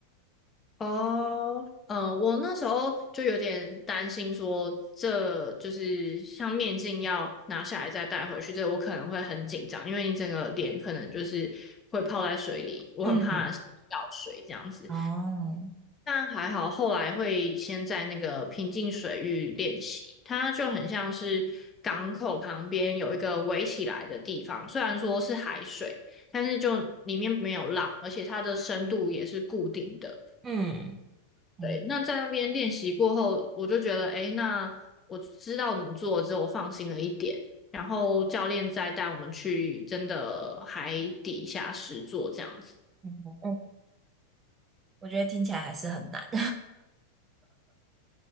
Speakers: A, on the left (about 20°); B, on the right (about 20°).
A: 哦，嗯，我那时候就有点担心说，这就是像面镜要拿下来再戴回去，这我可能会很紧张，因为你整个脸可能就是会泡在水里，我很怕掉水这样子。
B: 嗯，<laughs> 哦，
A: 但还好，后来会先在那个平静水域练习，它就很像是港口旁边有一个围起来的地方，虽然说是海水，但是就里面没有浪，而且它的深度也是固定的。
B: 嗯，嗯
A: 对，那在那边练习过后，我就觉得，诶，那我知道怎么做之后，我放心了一点。然后教练再带我们去真的海底下实做这样子。
B: 嗯嗯我觉得听起来还是很难。<laughs>